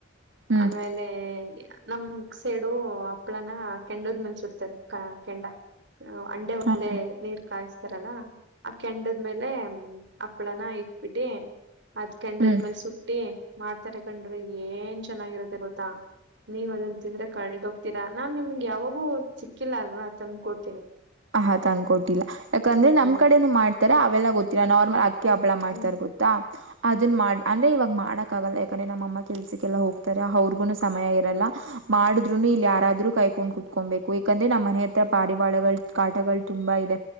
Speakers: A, on the right; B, on the right.
A: ಹ್ಮ್
B: ಆಮೇಲೆ ನಮ್ ಸೇಡು ಹಪ್ಳನ ಕೆಂಡದ್ ಮೇಲ್ ಸುಡ್ತಾರೆ ಕೆಂಡ ಅಂಡೆ <unintelligible>
A: ಹ ಹ
B: ನೀರ್ ಕಾಯತು ರಲ್ಲ ಆ ಕೆಂಡದ್ಮೇಲೆ ಹಪ್ಳನ ಇಟ್ಬಿಟ್ಟಿ ಅದ್ ಕೆಂಡದ್ಮೇಲೆ
A: ಹ್ಮ್
B: ಸುಟ್ಟಿ ಮಾಡ್ತಾರ ಕಂಡ್ರಿ ಏನ್ ಚೆನ್ನಾಗಿರತ್ತೆ ಗೊತ್ತಾ ನೀವ ತಿಂದ್ರಿ ಕಳಿ <unintelligible> ತೇರಾ ನಾನ್ ನಿಮ್ಗೆ ಯಾವಾಗೂ ಸಿಕ್ಕಿಲ್ಲ ಅಲ್ವಾ ತನ್ನ ಕೊಡ್
A: ಹ ಹಾ ತಂದ್ಕೊಟ್ಟಿಲ್ಲ ಯಾಕಂದ್ರೆ ನಮ್
B: ಹ್ಮ್
A: ಕಡೆನು ಮಾಡ್ತಾರ ಅವೆಲ್ಲಾ ಗೊತ್ತಿಲ್ಲ ನಾರ್ಮಲ್ ಅಕ್ಕಿ ಹಪ್ಪಳ ಮಾಡ್ತಾರ
B: ಹ್ಮ್
A: ಗೊತ್ತಾ ಅದನ್ ಮಾಡ ಅಂದ್ರೆ ಇವಾಗ ಮಾಡ ಮಾಡಕ್ ಆಗಲ್ಲ ಯಾಕಂದ್ರೆ ನಮ್ಮಅಮ್ಮ ಕೆಲ್ಸಕ್ಕೆಲ್ಲ ಹೋಗ್ತಾರೆ ಅವ್ರಿಗುನು ಸಮಯ ಇರಲ್ಲ ಮಾಡೋರು
B: ಹ್ಮ್
A: ಇಲ್ಲ ಯಾರಾದ್ರೂ ಕೈ ಕೊಂಡ್ ಕುತ್ಕೊಬೇಕು ಯಾಕಂದರೆ ನಮ್ಮ ಮನೆ ಹತ್ರ
B: ಹ್ಮ್
A: ಪಾರಿಪಾಳಗಳು ಕಾಟಗಳು ತುಂಬಾ ಇದೆ